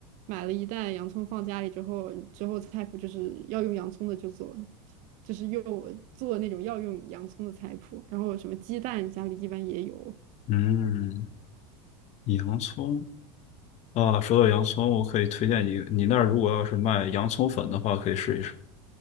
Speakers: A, on the right; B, on the left.
A: 买了一袋洋葱放家里之后，之后菜谱就是要用洋葱的就做，就是用做那种要用洋葱的菜谱，然后什么鸡蛋家里一般也有，
B: 嗯，洋葱啊，说到洋葱，我可以推荐你，你那儿如果要是卖洋葱粉的话，可以试一试。